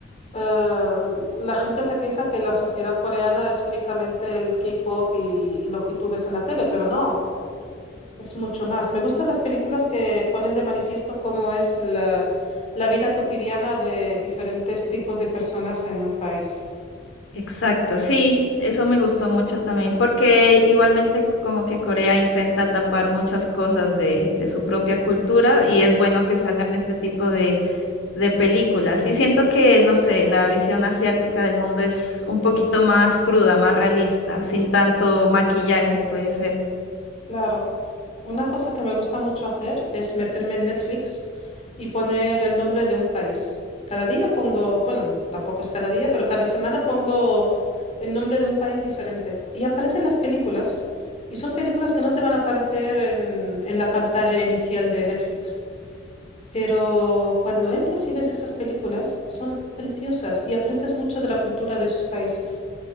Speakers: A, on the left (about 35°); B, on the left (about 85°).
A: eh, la gente se piensa que la sociedad coreana es únicamente el K-pop y, y lo que tú ves en la tele, pero no, es mucho más. Me gustan las películas que ponen de manifiesto cómo es la, la vida cotidiana de diferentes tipos de personas en un país.
B: Exacto, sí, eso me gustó mucho también, porque igualmente como que Corea intenta tapar muchas cosas de, de su propia cultura y es bueno que salgan este tipo de, de películas. Y siento que, no sé, la visión asiática del mundo es un poquito más cruda, más realista, sin tanto maquillaje, puede ser.
A: Claro, una cosa que me gusta mucho hacer es meterme en Netflix y poner el nombre de un país. Cada día pongo, bueno, tampoco es cada día, pero cada semana pongo el nombre de un país diferente. Y aparecen las películas, y son películas que no te van a aparecer en, en la pantalla inicial de Netflix. Pero cuando entras y ves esas películas, son preciosas y aprendes mucho de la cultura de esos países.